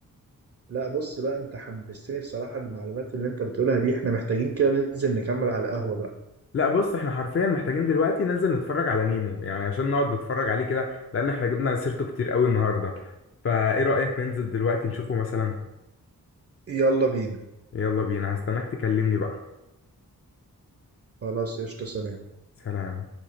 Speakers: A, on the right; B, on the left.
A: لا بص بقى انت حمستني بصراحه المعلومات اللي انت بتقولها دي احنا محتاجين كده ننزل نكمل على القهوه بقى
B: لا بص احنا حرفيا محتاجين دلوقتي ننزل نتفرج على نيمو يعني عشان نقعد نتفرج عليه كده لان احنا جبنا سيرته كتير قوي النهارده فايه رايك ننزل دلوقتي نشوفه مثلا
A: يلا بينا
B: يلا بينا هستناك تكلمني بقى
A: خلاص قشطه سلام
B: سلام